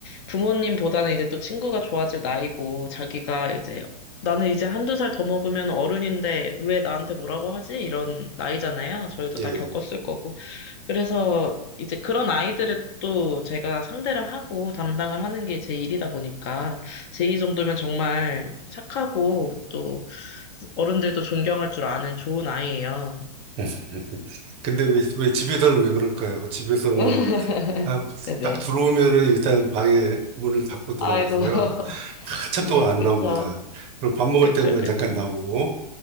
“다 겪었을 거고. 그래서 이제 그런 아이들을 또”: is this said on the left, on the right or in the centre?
Left